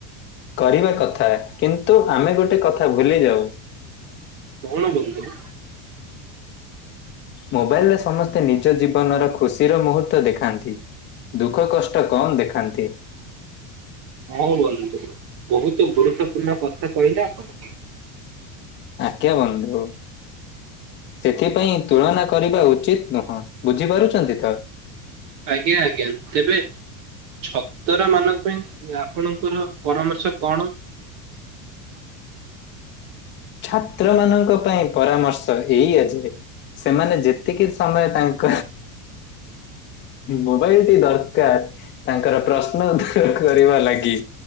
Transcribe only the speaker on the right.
କଣ କରୁଥେଲୁ।
ହଁ ବନ୍ଧୁ ବହୁତ ଗୁରୁତ୍ୱପୂର୍ଣ୍ଣ କଥା କହିଲେ ଆପଣ।
ଆଜ୍ଞା ଆଜ୍ଞା ତେବେ ଛତରା ମାନଙ୍କ ପାଇଁ ଆପଣଙ୍କର ପରାମର୍ଶ କଣ? <unintelligible>